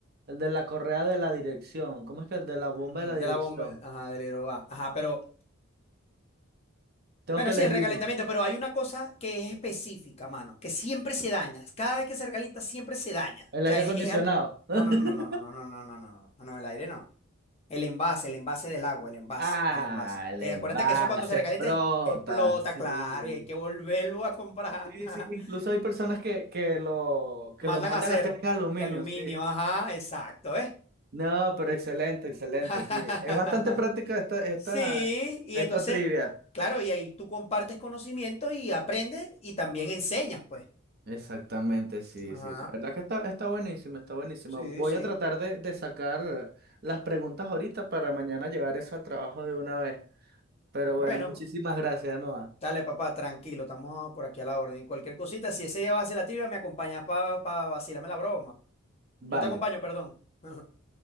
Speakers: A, on the right (about 45°); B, on the left (about 30°).
A: el de la correa de la dirección. ¿Cómo es que el de la bomba
B: Ujú,
A: de la dirección?
B: De la bomba, ajá, del hidrobá. Ajá, pero,
A: Tengo
B: bueno,
A: que elegir
B: sí, el recalentamiento,
A: uno.
B: pero hay una cosa que es específica, mano, que siempre se daña. Cada vez que se recalienta, siempre se daña.
A: El
B: O
A: aire
B: sea,
A: acondicionado.
B: es, es algo...
A: <laughs>
B: No, no, no, no, no, no, no, no, no, no, no, no, no, el aire no. El envase, el envase del agua, el envase,
A: Ah,
B: el envase.
A: le
B: Eh, acuérdate
A: va,
B: que eso cuando
A: se
B: se recalienta
A: explota,
B: es- explota,
A: sí.
B: claro, y hay que volverlo a comprar.
A: Sí,
B: <laughs>
A: sí, incluso hay personas que, que lo, que
B: Mandan
A: lo mandan
B: a hacer
A: a hacer en aluminio,
B: de aluminio,
A: sí.
B: ajá, exacto, ¿ves?
A: No, pero excelente, excelente,
B: <laughs>
A: sí. Es bastante práctica esta, esta,
B: Sí, y
A: esta
B: entonces,
A: trivia.
B: claro, y ahí tú compartes conocimiento y aprendes y también enseñas, pues.
A: Exactamente, sí,
B: Ajá,
A: sí. La verdad que está, está buenísima, está buenísima.
B: sí,
A: Voy
B: sí.
A: a tratar de, de sacar las preguntas ahorita para mañana llevar eso al trabajo de una vez. Pero
B: Bueno,
A: bueno, muchísimas
B: pues,
A: gracias, Noah.
B: dale, papá, tranquilo, estamos por aquí a la orden. Y cualquier cosita, si ese día va a hacer la tibia, me acompañas para vacilarme la broma.
A: Vale.
B: Yo te acompaño, perdón. <laughs>